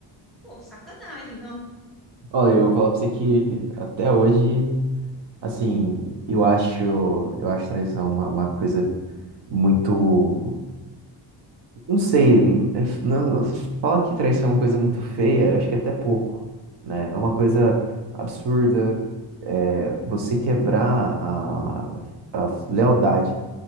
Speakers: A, in the centre; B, on the right.
A: Pô, sacanagem, não?
B: Olha, eu vou falar pra você que até hoje Assim, eu acho, eu acho traição uma, uma coisa muito, não sei, é f- não, fala que traição é uma coisa muito feia, acho que é até pouco, né? É uma coisa absurda, é, você quebrar a, a lealdade